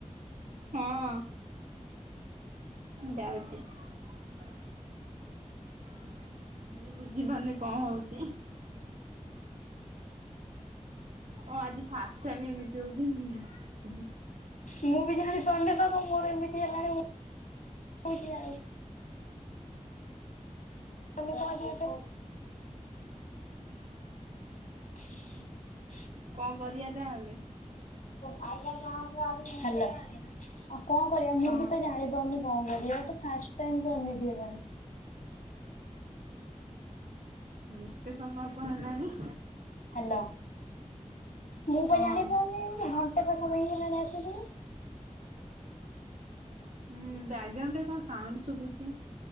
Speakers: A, on the right; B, on the left.
A: ହଁ ଯାଉଛି। ମୁଁ ବୁଝ୍ ଝିପାରୁନି କଣ ହଉଛି। କଣ ଆଜି ଫାଷ୍ଟ ଟାଇମି ଏମିତି ହଉଛି ମୁଁ ଜାଣିପାରୁନି।
B: ମୁଁ ବି ଜାଣି ପାରୁନି ବା ମୋର ଏମିତି ହେଲାଣି ମୁଁ କିଛି ଜାଣି ତମେ କଣ ଆଜି ଏତେ <inaudible>
A: କଣ କରିଆ ତାହଲେ
B: ହାଲୋ, ଆଉ କଣ କରିବା ମୁଁ
A: ହଁ
B: ବି ତ ଜାଣିପାରୁନି କଣ କରିବା ଏଟା ଫାଷ୍ଟ ଟାଇମି ତ ଏମିତି ହେଲାଣି
A: ଏତେ ସମୟ କଁ ହେଲଣି?
B: ହ୍ୟାଲୋ ମୁଁ ପା
A: ହଁ।
B: ଜାଣି ପାରୁନି ଘଣ୍ଟେ ପାଖା ପାଖି ହେଲାଣି ଆସିକି।
A: ହୁଁ ବ୍ୟାଗ୍ରାଉଣ୍ଡରେ କଣ ସାଉଣ୍ଡ ଶୁଭୁଛି?